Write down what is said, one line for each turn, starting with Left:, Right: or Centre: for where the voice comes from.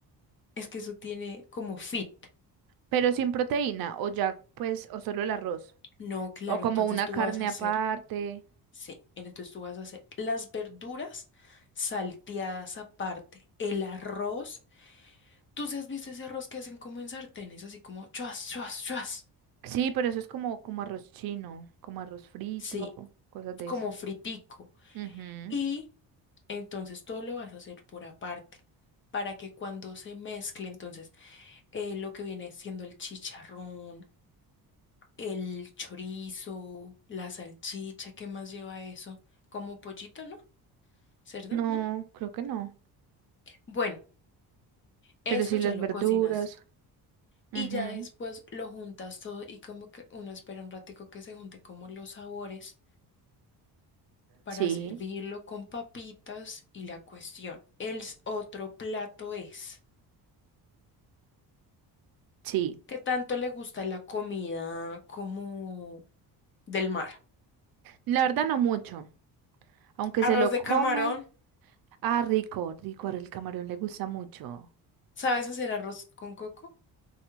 Left: es que eso tiene como fit.
Right: Pero sin proteína, o ya, pues, o solo el arroz.
Left: No, claro,
Right: O como
Left: entonces
Right: una
Left: tú
Right: carne
Left: vas a hacer
Right: aparte.
Left: Sí, mira, entonces tú vas a hacer las verduras salteadas aparte, el arroz. ¿Tú sí has visto ese arroz que hacen como en sartenes, así como chuas, chuas, chuas?
Right: Sí, pero eso es como, como arroz chino, como arroz frito,
Left: Sí,
Right: cosas de
Left: como
Right: eso.
Left: fritico.
Right: Ujú.
Left: Y entonces todo lo vas a hacer por aparte, para que cuando se mezcle, entonces eh, lo que viene siendo el chicharrón, el chorizo, la salchicha, ¿qué más lleva eso? Como pollito, ¿no? ¿Cerdo,
Right: No,
Left: no?
Right: creo que no.
Left: Bueno, eso
Right: Pero sí
Left: ya
Right: las
Left: lo
Right: verduras.
Left: cocinas.
Right: Ujú.
Left: Y ya después lo juntas todo y como que uno espera un ratico que se junte como los sabores para
Right: Sí,
Left: servirlo con papitas y la cuestión. El s- otro plato es,
Right: sí.
Left: ¿qué tanto le gusta la comida como del mar?
Right: La verdad no mucho. Aunque
Left: Arroz
Right: se lo
Left: de
Right: come.
Left: camarón.
Right: Ah, rico, rico. Ahora el camarón le gusta mucho.
Left: ¿Sabes hacer arroz con coco?